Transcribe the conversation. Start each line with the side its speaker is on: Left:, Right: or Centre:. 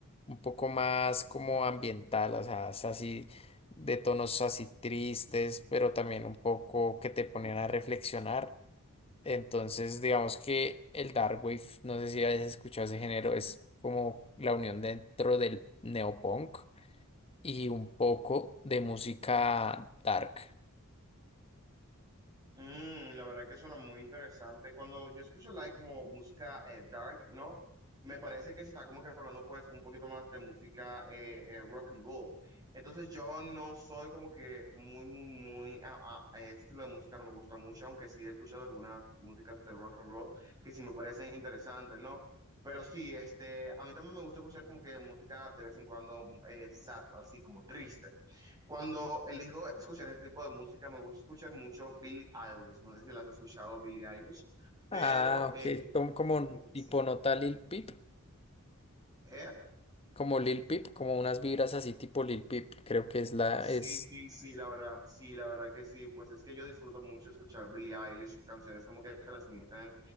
Left: Un poco más como ambiental, o sea, es así de tonos así tristes, pero también un poco que te ponen a reflexionar. Entonces, digamos que el dark wave, no sé si hayas escuchado ese género, es como la unión dentro del neopunk y un poco de música dark.
Right: mm, la verdad que suena muy interesante. Cuando yo escucho like como música eh, dark, ¿no? Me parece que se está como que hablando pues un poquito más de música eh, eh, rock and roll. Entonces yo no soy como que muy, muy, muy, a, a- a este estilo de música no me gusta mucho, aunque sí he escuchado algunas músicas de rock and roll que sí me parecen interesantes, ¿no? Pero sí, este, a mí también me gusta escuchar como que música de vez en cuando eh, sad, así como triste. Cuando elijo escuchar este tipo de música, me gusta escuchar mucho Billie Eilish. No sé si las has escuchado, Billie Eilish, pero
Left: Ah,
Right: eh,
Left: ok, son como
Right: eh,
Left: tipo
Right: sí,
Left: nota Lil Peep,
Right: ¿eh?
Left: como Lil Peep, como unas vibras así tipo Lil Peep, creo que es la,
Right: Sí,
Left: es,
Right: sí, sí, la verdad, sí, la verdad que sí, pues es que yo disfruto mucho escuchar Billie Eilish, sus canciones como que transmiten